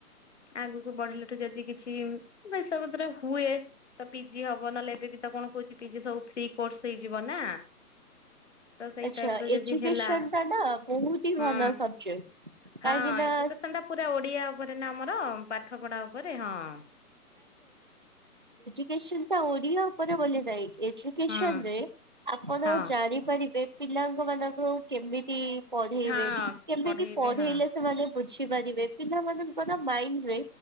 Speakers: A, on the left; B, on the right.
A: ଆଗକୁ ବଢିଲାଠୁ ଯଦି କିଛି ପଇସା ପତ୍ର ହୁଏ। ତ ପିଜି ହବ ନହେଲେ ଏବେ ବି ତ କଣ କହୁଛି ପିଜି ସବୁ ଫ୍ରି କୋର୍ସ ହେଇଯିବ ନା? ତ ସେଇ
B: ଆଚ୍ଛା
A: ଟାଇପ ର ଯଦି
B: ଏଜୁକସନଟା
A: ହେଲା
B: ନା ବହୁତ ହି
A: ହୁଁ
B: ଭଲ ସବଜେକ୍ଟ
A: ହଁ
B: କାହିଁକି
A: ଏଜୁକେସନ
B: ନା।
A: ଟା ପୁରା ଓଡ଼ିଆ ଉପରେ ନା ଆମର ପାଠ ପଢ଼ା ଉପରେ ହଁ।
B: ନିଶ୍ଚିନ୍ତ ଓଡିଆ ଉପରେ ବୋଲି ନାହିଁ ଏଜୁକନରେ
A: ହଁ
B: ଆପଣ
A: ହଁ
B: ଜାଣିପାରିବେ। ପିଲାଙ୍କମାନଙ୍କୁ କେମିତି ପଢେଇବେ
A: ହଁ
B: କେମିତି
A: ପଢେଇବେ
B: ପଢେଇଲେ
A: ହଁ।
B: ସେମାନେ ବୁଝି ପାରିବେ ପିଲାମାନଙ୍କର ମାଇଣ୍ଡରେ